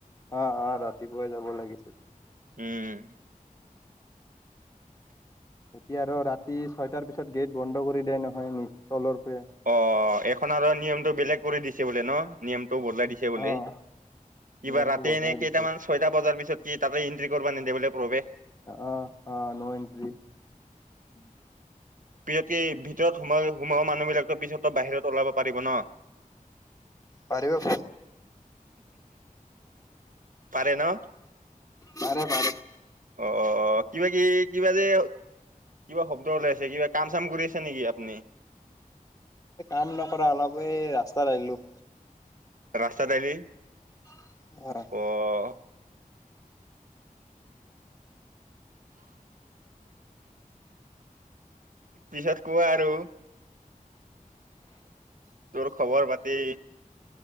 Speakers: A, on the left; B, on the right.
A: অ', অ' ৰাতিপুৱাই যাব লাগিছিল।
B: উম।
A: এতিয়া আৰু ৰাতি ছয়টাৰ পিছত গেট বন্ধ কৰি দিয়ে নহয় নিজ তলৰ পৰায়ে।
B: অ' এইখন আৰু নিয়মটো বেলেগ কৰি দিছে বোলে ন নিয়ম বদলাই দিছে বোলে
A: অ
B: কিবা
A: নিয়মটো
B: ৰাতি
A: বদলাই
B: এনে
A: দিছে
B: কেইটামান ছয়টা বজাৰ পিছত কি তাতে এণ্ট্ৰি কৰিবা নিদে বলে প্ৰৱেশ।
A: অ', অ' নো এন্ট্ৰি।
B: পিছত ভিতৰত সোমাই সোমাবোৱা মানুহ বিলাকো পিছতো বাহিৰত ওলাব পাৰিব ন
A: পাৰিব
B: পাৰে ন?
A: পাৰে পাৰে।
B: অ', অ', অ' কিবা কি কিবা যে? কিবা শব্দ ওলাই আছে কিবা কাম চাম কৰি আছে নেকি আপুনি?
A: কাম নকৰা অলপে ৰাস্তাত আহিলো
B: ৰাস্তাত আহলি
A: <inaudible>
B: অ' পিছত কোৱা আৰু? তোৰ খবৰ পাতি